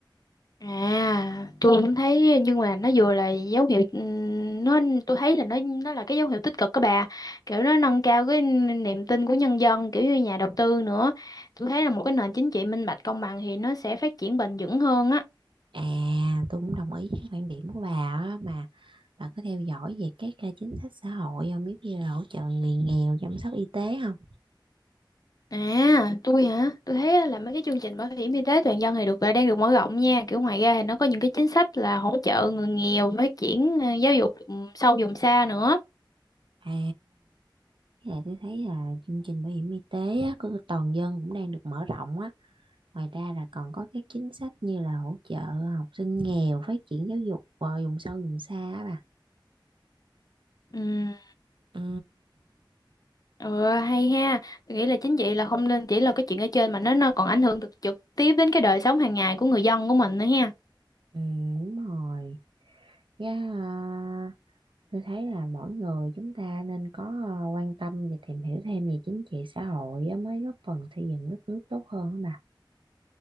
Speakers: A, on the left; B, on the right.
A: À, tôi cũng thấy nhưng mà nó vừa là dấu hiệu ừm, nó tôi thấy là nó nó là cái dấu hiệu tích cực các bà. Kiểu nó nâng cao cái niềm tin của nhân dân kiểu như nhà đầu tư nữa. Tôi thấy là một cái nền chính trị minh bạch công bằng thì nó sẽ phát triển bền vững hơn á.
B: À, tôi cũng đồng ý với quan điểm của bà á mà bà có theo dõi về các ờ, chính sách xã hội không? Biết như là hỗ trợ người nghèo, chăm sóc y tế không?
A: À, tôi hả? Tôi thấy là mấy cái chương trình bảo hiểm y tế toàn dân thì được đang được mở rộng nha. Kiểu ngoài ra thì nó có những cái chính sách là hỗ trợ người nghèo phát triển ờ, giáo dục ừm, sâu vùng xa nữa.
B: À, với lại tôi thấy là chương trình bảo hiểm y tế á, của toàn dân cũng đang được mở rộng á. Ngoài ra là còn có các chính sách như là hỗ trợ học sinh nghèo, phát triển giáo dục ờ, vùng sâu vùng xa á bà.
A: Ừ.
B: Ừ,
A: Ờ hay ha, tôi nghĩ là chính vậy là không nên chỉ là cái chuyện ở trên mà nó nó còn ảnh hưởng trực trực tiếp đến cái đời sống hàng ngày của người dân của mình nữa ha.
B: ừ, đúng rồi. Dạ, à, tôi thấy là mỗi người chúng ta nên có à, quan tâm và tìm hiểu thêm về chính trị xã hội á, mới góp phần xây dựng đất nước tốt hơn á mà.